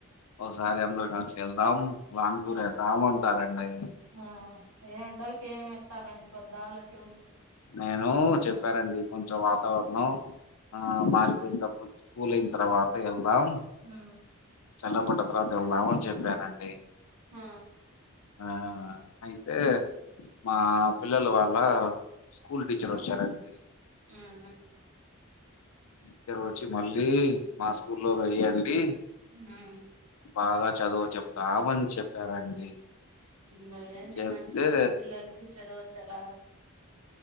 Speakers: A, on the left (about 80°); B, on the right (about 80°).
A: ఒకసారి అందరుం కలిసి వెళ్దాం లాంగ్ టూర్
B: ఆ
A: వేద్దాం అంటారండి
B: ఆ ఏ ఎండల్కే ఏవ్ ఎస్తారండి పోద్దాలా టూర్స్
A: నేను చెప్పారండి కొంచెం వాతావరణం మారిపోయిన తర్వాత చూద్దాం కూల్ అయిన తర్వాత వెళ్దాం
B: ఆ
A: చల్లబడ్డ తర్వాత వెళ్దాం అని చెప్పనండి
B: ఆ
A: ఆ అయితే మా పిల్లలు వాళ్ళ స్కూల్ టీచర్ వచ్చారండి
B: ఉమ్
A: ఇక్కడ వచ్చి మళ్ళీ మా స్కూల్లో వెయ్యండి
B: మ్మ్
A: బాగా చదువు చెప్తా మని చెప్పారండి
B: వెయ్యండి
A: చెప్తే
B: మంచిగా పిల్లలకి చదవుచ్చేలా